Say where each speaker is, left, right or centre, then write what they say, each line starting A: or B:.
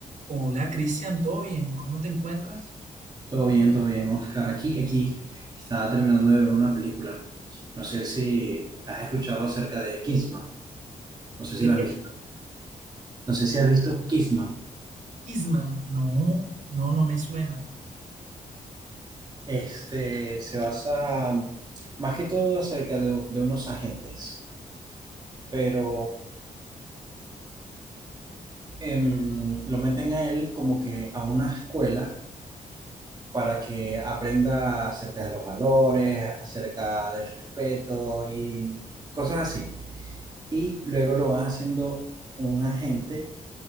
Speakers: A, on the right (about 65°); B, on the right (about 30°).
A: Hola Cristian, ¿todo bien? ¿Cómo te encuentras?
B: Todo bien, todo bien, Oscar. Aquí, aquí, estaba terminando de ver una película. No sé si has escuchado acerca de Kissman. No sé si
A: ¿De
B: lo
A: qué?
B: has visto. No sé si has visto Kissman.
A: Isman, no, no, no me suena.
B: Este se basa más que todo acerca de, de unos agentes, pero em, lo meten a él como que a una escuela para que aprenda acerca de los valores, acerca del respeto y cosas así. Y luego lo van haciendo un agente